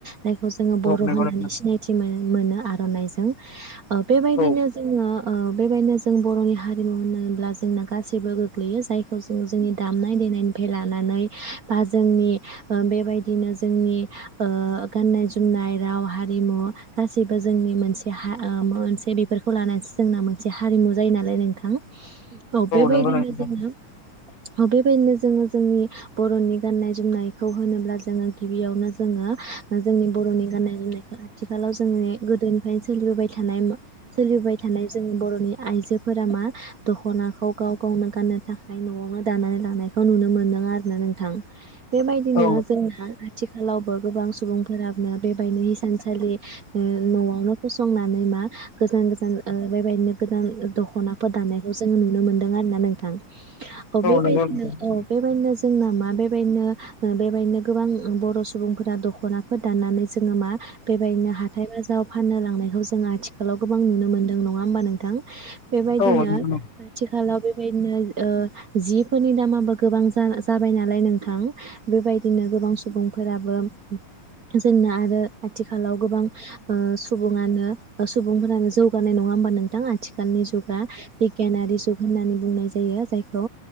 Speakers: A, on the right (about 70°); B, on the left (about 75°).
A: जायखौ जोङो बर'
B: नंगौ
A: होननानै
B: नोंथां
A: सिनायथि मोनो। मोनो आर'नाइजों बेबायदिनो
B: औ
A: जोङो ओ बेबायदिनो जों बर'नि हारिमु होनोब्ला जोंना गासैबो गोग्लैयो जायखौ जों जोंनि दामनाय दे फैनायनिफ्राय लानानै बा जोंनि बेबायदिनो जोंनि ओ गाननाय जोमनाय राव हारिमु गासिबो जोंनि मोनसे हा मोनसे बेफोरखौ लानानैसो जोंना मोनसे हारिमु नुजायो नाल नोंथां औ बेबायदिनो
B: नंगौ नोंथां नंगौ नोंथां
A: जोङो अ बेबायदिनो जोङो जोंनि बर'नि गाननाय जोमनायखौ होनोब्ला जोङो गिबियावनो जोङो जोंनि बर'नि गाननाय जोमनायखौ आथिखालाव जोङो गोदोनिफ्राय सोलिबोबाय थानाय सोलिबाय थानाय जोनि बर'नि आइजो फोरा मा दख'नाखौ गाव गावनो गाननो थाखाय न'आवनो दानानै लानायखौ नुनो मोनदों आरोना नोंथां। बेबायदिनो
B: औ
A: जोंहा आथिखालावबो गोबां सुबुंफोरानो बेबायनो हिसानसालि ओ न'आवनो फसंनानै मा गोजान गोजान ओ बेबायदिनो गोजान दख'नाफोर दानायखौ जों नुनो मोनदों आरोना नोंथां औ बेबायदिनो
B: नंगौ नोंथां
A: औ बेबायदिनो जोंना मा बेबायदिनो बेबायदिनो गोबां ओं बर' सुबुंफोरा दख'नाफोर दाननानै जोङो मा बेबायदिनो हाथाय बाजाराव फाननो लांनायखौ जों आथिखालाव गोबां नुनो मोनदों नङा होमबा नोंथां बे बेबायदिनो
B: औ नंगौ नोंथां औ नंगौ
A: आथिखालाव बेबायदिनो ओ जिफोरनि दामाबो गोबां जाजाबाय नालाय नों थां बेबायदिनो गोबां सुबुंफोराबो जोंनो आरो आथिखालाव गोबां ओ सुबुङानो अ सु बुंफोरानो जौगानाय नङा होमबा नोंथां आथिखालनि जुगा बिगियानारि जुग होननानै बुंनाय जायो जाय खौ